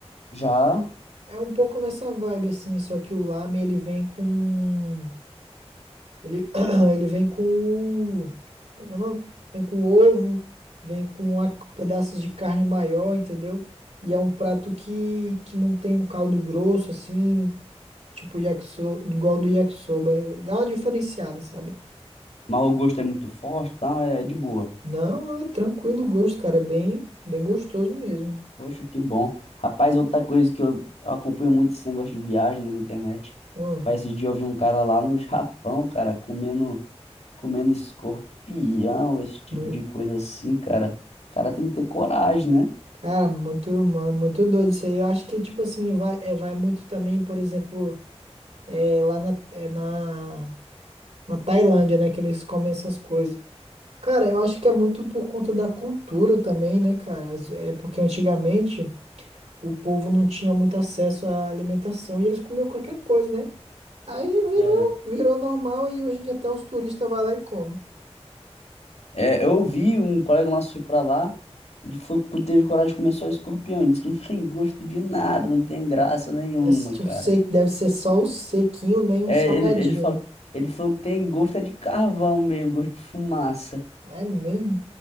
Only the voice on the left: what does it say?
Já,
mas o gosto é muito forte, tá? É de boa.
Poxa, que bom. Rapaz, outra coisa que eu, eu acompanho muito esse negócio de viagem, né, na internet.
Rapaz, esses dias eu vi um cara lá no Japão, cara, comendo, comendo escorpião, esse tipo
de coisa assim, cara. O cara tem que ter coragem, né?
É.
É, eu vi um colega nosso foi pra lá, ele falou que teve coragem de comer só escorpião. Ele disse que não tem gosto de nada, não tem graça nenhuma,
cara.
É,
ele, ele falou, ele falou que tem gosto é de carvão mesmo, gosto de fumaça.